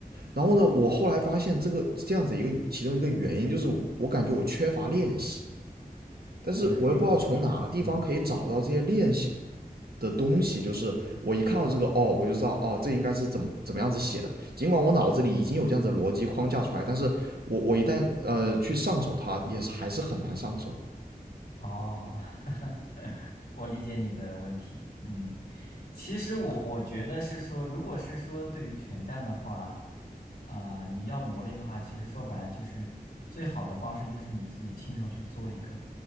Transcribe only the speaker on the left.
对，你说对了，嗯。
哦，<laughs> 我理解你的问题。嗯，其实我我觉得是说，如果是说对于全站的话，啊、你要磨练的话，其实说白了就是最好的方式就是你自己亲手去做一个